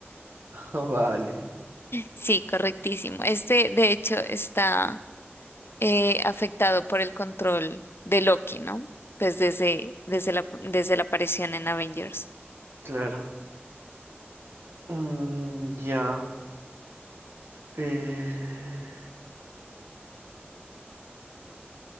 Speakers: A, on the right (about 60°); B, on the left (about 65°).
A: Ah, vale,
B: Sí, correctísimo. Este, de hecho, está eh, afectado por el control de Loki, ¿no? Pues desde, desde la, desde la aparición en Avengers.
A: claro. Mm, ya. Eh,